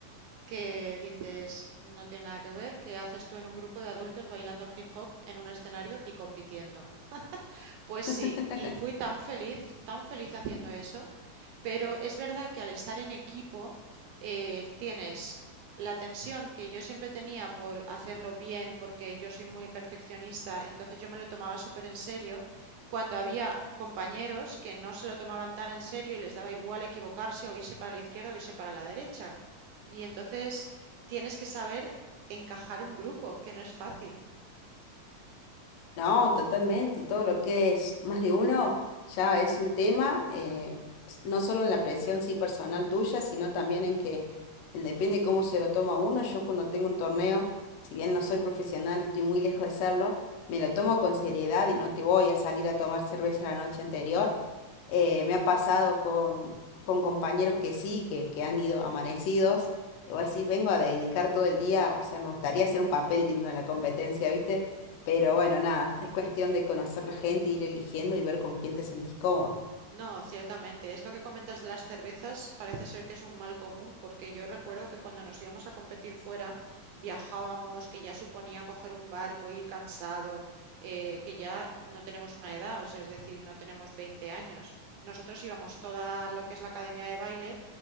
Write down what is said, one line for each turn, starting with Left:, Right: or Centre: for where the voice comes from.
Right: que dices, no tiene nada que ver, que haces tú en un grupo de adultos bailando hip hop en un escenario y compitiendo. Pues
Left: <laughs>
Right: sí, y fui tan feliz, tan feliz haciendo eso. Pero es verdad que al estar en equipo eh, tienes la tensión que yo siempre tenía por hacerlo bien, porque yo soy muy perfeccionista, entonces yo me lo tomaba súper en serio, cuando había compañeros que no se lo tomaban tan en serio y les daba igual equivocarse o irse para la izquierda o irse para la derecha. Y entonces tienes que saber encajar un grupo, que no es fácil.
Left: No, totalmente. Todo lo que es más de uno ya es un tema, eh, s- no solo en la presión sí personal tuya, sino también en que en depende cómo se lo toma uno. Yo cuando tengo un torneo, si bien no soy profesional, estoy muy lejos de serlo, me lo tomo con seriedad y no te voy a salir a tomar cerveza la noche anterior. Eh, me ha pasado con, con compañeros que sí, que, que han ido amanecidos. Y vos decís, vengo a dedicar todo el día, o sea, me gustaría hacer un papel digno en la competencia, ¿viste? Pero
Right: Mm.
Left: bueno, nada, es cuestión de conocer la gente, ir eligiendo y ver con quién te sentís cómodo.
Right: No, ciertamente. Esto que comentas de las cervezas parece ser que es un mal común, porque yo recuerdo que cuando nos íbamos a competir fuera, viajábamos, que ya suponía coger un barco, ir cansado, eh, que ya no tenemos una edad, o sea, es decir, no tenemos 20 años. Nosotros íbamos toda lo que es la academia de baile